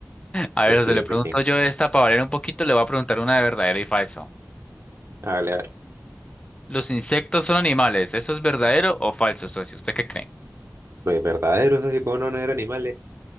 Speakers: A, on the left; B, on the right.
A: A
B: Pues
A: ver,
B: sí,
A: se le
B: pues
A: pregunto
B: sí.
A: yo esta para valer un poquito, le voy a preguntar una de verdadero y falso.
B: Hágale, a ver.
A: ¿Los insectos son animales? ¿Eso es verdadero o falso, socio? ¿Usted qué cree?
B: Pues verdaderos, así como no van a ser animales.